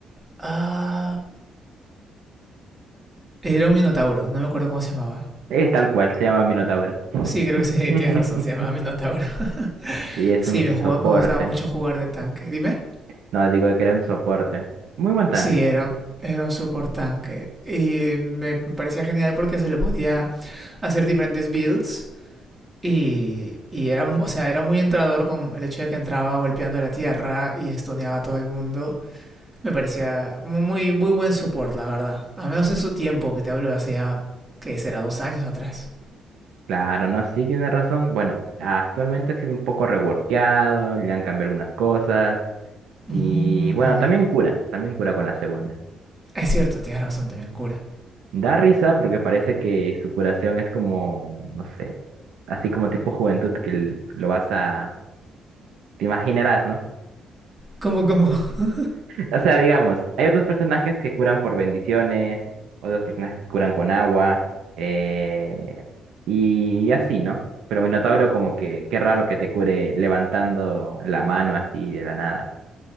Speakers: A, on the right; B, on the right.
A: Ah, era un Minotauro, no me acuerdo cómo se llamaba.
B: Es tal cual, se llama Minotauro. <laughs>
A: Sí, creo que sí, <laughs> tienes razón, se llamaba Minotauro. <laughs>
B: Y es
A: Sí,
B: un
A: me jugaba-
B: soporte.
A: me gustaba mucho jugar de tanque. Dime.
B: No, digo que era un soporte. Muy buen tanque.
A: Sí, era, era un support tanque. Y me parecía genial porque se le podía hacer diferentes builds Y, y era, o sea, era muy entrador con el hecho de que entraba golpeando la tierra y estuneaba a todo el mundo. Me parecía mu- muy, muy buen support, la verdad. A menos en su tiempo, que te hablo de hace ya, que será dos años atrás.
B: Claro, no, sí, tiene razón. Bueno, actualmente ha sido un poco reworkeado, le han cambiado algunas cosas y
A: Mm,
B: bueno, también cura, también cura con la segunda.
A: es cierto, tienes razón también, cura.
B: Da risa porque parece que su curación es como, no sé, así como tipo juventud que l- lo vas a, te imaginarás, ¿no?
A: ¿Cómo, cómo? <laughs>
B: O sea, digamos, hay otros personajes que curan por bendiciones, otros personajes que curan con agua, eh, y así, ¿no? Pero Minotauro como que, qué raro que te cure levantando la mano así de la nada.